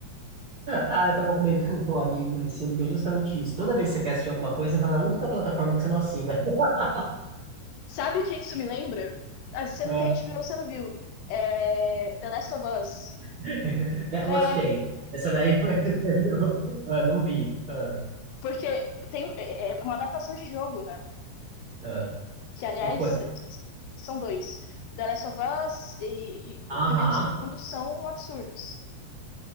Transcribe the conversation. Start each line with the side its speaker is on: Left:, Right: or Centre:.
Right: Ah, eu tava comentando com um amigo mais cedo que é justamente isso. Toda vez que você quer assistir alguma coisa, tá na única plataforma que você não assina. <laughs>
Left: Sabe o que que isso me lembra? Ah, se você
Right: Ah,
Left: não tem HBO, você não viu. É... The Last of Us.
Right: That
Left: É,
Right: was Shay. Essa daí foi. <laughs> Ah, não vi. Ah,
Left: porque tem, é é uma adaptação de jogo, né?
Right: ah.
Left: Que, aliás,
Right: O quê?
Left: são dois. The Last of Us e, e
Right: Aham.
Left: o primeiro e o segundo são absurdos.